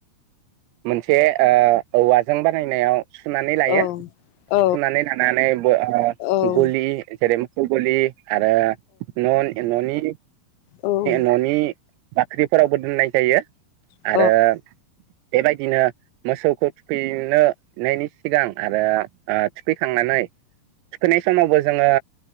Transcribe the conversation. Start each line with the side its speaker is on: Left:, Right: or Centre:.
Right: मोनसे ओ औवाजों बानायनायाव सुनानै लायो
Left: औ
Right: सुनानै लानानैबो ओ
Left: औ
Right: गलि जेरै - गलि आरो न न'नि
Left: औ औ
Right: न'नि बाख्रिफोरावबो दोननाय जायो
Left: औ
Right: आरो बेबायदिनो मोसौखौ थुखैनो नायनि सिगां आरो थुखैखांनानै थुखैनाय समावबो जोङो